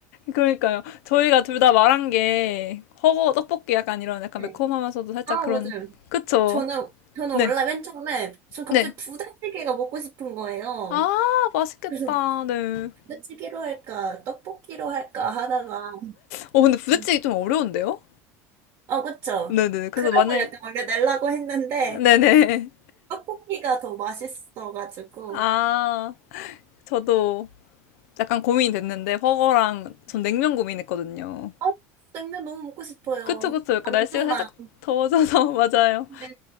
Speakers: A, on the left; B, on the right.
A: 그러니까요. 저희가 둘 다 말한 게 허거 떡볶이 약간 이런 약간
B: 네.
A: 매콤하면서도 살짝
B: 아,
A: 그런
B: 맞아요.
A: 그쵸.
B: 저는, 저는
A: 네.
B: 원래 맨 처음에, 전 갑자기
A: 네.
B: 부대찌개가 먹고 싶은 거예요.
A: 아, 맛있겠다.
B: 그래서
A: 네.
B: 부대찌개로 할까, 떡볶이로 할까 하다가,
A: 어, 근데 부대찌개
B: 음.
A: 좀 어려운데요?
B: 어, 그쵸.
A: 네네. 그래서
B: 그래서
A: 만약,
B: 약간 원래 내려고 했는데,
A: 네네.
B: 떡볶이가 더 맛있어가지고,
A: 아, 저도 약간 고민이 됐는데, 버거랑 전 냉면 고민했거든요.
B: 어, 냉면 너무 먹고 싶어요.
A: 그쵸, 그쵸. 약간
B: 만두랑.
A: 날씨가 살짝 더워져서, <laughs> 맞아요.
B: 네.